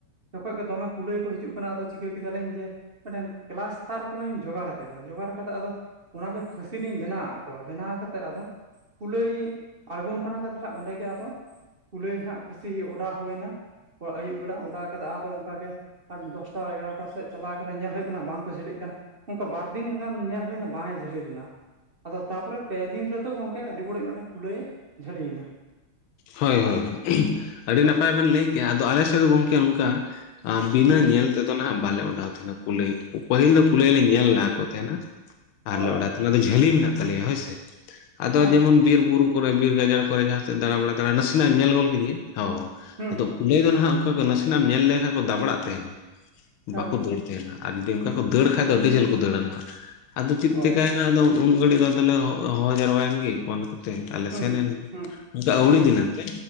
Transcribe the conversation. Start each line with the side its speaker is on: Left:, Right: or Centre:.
Right: ᱡᱚᱠᱷᱚᱡ ᱜᱮ ᱫᱚᱢᱮ ᱠᱩᱞᱟᱹᱭ ᱠᱚ ᱦᱤᱡᱩᱜ ᱠᱟᱱᱟ ᱟᱫᱚ ᱪᱤᱠᱟᱹ ᱠᱮᱫᱟᱞᱤᱧ ᱡᱮ ᱢᱤᱫᱴᱮᱱ ᱠᱮᱞᱟᱥᱴᱟᱨ ᱠᱚᱞᱤᱧ ᱡᱚᱜᱟᱲ ᱠᱮᱫ ᱡᱚᱜᱟᱲ ᱠᱟᱛᱮᱜ ᱟᱫᱚ ᱚᱱᱟᱜᱮ ᱯᱷᱟᱹᱥᱤ ᱞᱤᱧ ᱵᱮᱱᱟᱣᱟᱫ ᱠᱚᱣᱟ ᱵᱮᱱᱟᱣ ᱠᱟᱛᱮ ᱟᱫᱚ ᱠᱩᱞᱟᱹᱭ ᱟᱬᱜᱚᱱ ᱠᱟᱱᱟ ᱠᱚ ᱛᱟᱦᱚᱞᱮ ᱚᱸᱰᱮ ᱜᱮ ᱟᱫᱚ ᱠᱩᱞᱟᱹᱭ ᱦᱟᱸᱜ ᱯᱷᱟᱹᱥᱤ ᱚᱰᱟᱣ ᱦᱩᱭ ᱮᱱᱟ᱾ ᱟᱹᱭᱩᱵ ᱵᱮᱲᱟ ᱚᱰᱟᱣ ᱠᱟᱛᱮ ᱟᱨᱚ ᱚᱱᱠᱟᱜᱮ ᱟᱴ ᱫᱚᱥᱴᱟ ᱮᱜᱟᱨᱚᱴᱟ ᱥᱮᱫ ᱪᱟᱞᱟᱣ ᱠᱟᱛᱮ ᱧᱮᱞ ᱦᱳᱭᱳᱜ ᱠᱟᱱᱟ ᱵᱟᱝ ᱠᱚ ᱡᱷᱟᱹᱞᱤᱜ ᱠᱟᱱᱟ ᱾ ᱚᱱᱠᱟ ᱵᱟᱨ ᱥᱤᱧ ᱜᱟᱱ ᱧᱮᱞ ᱦᱩᱭ ᱮᱱᱟ ᱵᱟᱝ ᱮ ᱡᱷᱟᱹᱞᱤ ᱞᱮᱱᱟ ᱾ ᱟᱫᱚ ᱛᱟᱯᱚᱨᱮ ᱯᱮ ᱫᱤᱱ ᱨᱮᱫᱚ ᱜᱚᱝᱠᱮ ᱟᱹᱰᱤ ᱵᱟᱲᱚᱤᱡ ᱢᱤᱫᱴᱟᱝ ᱠᱩᱞᱟᱹᱭᱮ ᱡᱷᱟᱹᱞᱤᱭᱮᱱᱟ ᱾
Left: ᱦᱳᱭ ᱦᱳᱭ ᱦᱳᱭ ᱟᱹᱰᱤ
Right: ᱦᱳᱭ
Left: ᱱᱟᱯᱟᱭ ᱵᱮᱱ ᱞᱟᱹᱭ ᱠᱮᱜᱼᱟ ᱾ ᱟᱫᱚ ᱟᱞᱮ ᱥᱮᱫ ᱫᱚ ᱜᱚᱝᱠᱮ ᱱᱚᱝᱠᱟ ᱟᱨ ᱵᱤᱱᱟᱹ
Right: ᱦᱩᱸ
Left: ᱧᱮᱞ ᱛᱮᱫᱚ ᱱᱟᱦᱱᱟᱜ ᱵᱟᱞᱮ ᱚᱰᱟᱣ ᱛᱟᱦᱮᱸᱱᱟ ᱠᱩᱞᱟᱹᱭ ᱾ ᱯᱟᱹᱦᱤᱞ ᱫᱚ ᱠᱩᱞᱟᱹᱭ ᱞᱮ ᱧᱮᱞ ᱞᱟᱦᱟ ᱠᱚ ᱛᱟᱦᱮᱱᱟ <inaudible> ᱟᱨ
Right: ᱚ
Left: ᱞᱮ ᱚᱰᱟᱣ ᱛᱟᱦᱮᱸᱱᱟ <unintelligible> ᱡᱷᱟᱹᱞᱤ ᱢᱮᱱᱟᱜ ᱛᱟᱞᱮᱭᱟ ᱦᱳᱭᱥᱮ ᱾ ᱟᱫᱚ
Right: ᱦᱮᱸ
Left: ᱡᱮᱢᱚᱱ ᱵᱤᱨ ᱵᱩᱨᱩ ᱠᱚᱨᱮ ᱵᱤᱨ ᱜᱟᱡᱟᱲ ᱠᱚᱨᱮ ᱡᱟᱦᱟᱸᱥᱮᱫ ᱫᱟᱬᱟ ᱵᱟᱲᱟ ᱫᱟᱲᱟ ᱱᱟᱥᱮᱱᱟᱜ-ᱮᱢ ᱧᱮᱞ ᱜᱚᱫ ᱠᱮᱫᱮᱭᱟ ᱾ ᱦᱚ ᱾
Right: ᱦᱩᱸ
Left: ᱟᱫᱚ
Right: ᱦᱩᱸ
Left: ᱠᱩᱞᱟᱹᱭ ᱫᱚ ᱱᱟᱦᱟᱸᱜ ᱚᱱᱠᱟ ᱜᱮ ᱱᱟᱥᱮᱱᱟᱜ ᱮᱢ ᱧᱮᱞ ᱞᱮᱠᱷᱟᱡ ᱠᱚ ᱫᱟᱵᱲᱟᱜ ᱛᱟᱦᱮᱱ, <inaudible>
Right: ᱦᱮᱸ
Left: ᱵᱟᱠᱚ ᱫᱟᱹᱲᱟ ᱾ ᱛᱟᱦᱮᱱᱟ ᱟᱨ ᱡᱩᱫᱤ ᱚᱱᱠᱟ ᱠᱚ ᱫᱟᱹᱲ ᱠᱷᱟᱡ ᱫᱚ ᱟᱹᱰᱤ ᱡᱷᱟᱹᱞ ᱠᱚ ᱫᱟᱹᱲᱟ ᱱᱟᱦᱟᱜ ᱾ ᱟᱫᱚ ᱪᱮᱫ
Right: ᱚ
Left: ᱪᱤᱠᱟᱭᱮᱱᱟ ᱟᱫᱚ ᱩᱱ ᱜᱷᱟᱹᱲᱤᱡ ᱫᱚ ᱟᱫᱚᱞᱮ ᱦᱚᱦᱚ ᱡᱟᱨᱣᱟᱭᱮᱱ ᱜᱮ ᱯᱷᱚᱱ ᱠᱟᱛᱮ ᱟᱨᱞᱮ
Right: ᱦᱩᱸ
Left: ᱥᱮᱱ ᱮᱱ ᱜᱮ ᱾
Right: ᱦᱩᱸ
Left: ᱵᱟᱝᱠᱷᱟᱡ ᱟᱹᱣᱲᱤ
Right: ᱦᱩᱸ
Left: ᱫᱤᱱᱟᱹᱝ ᱛᱮ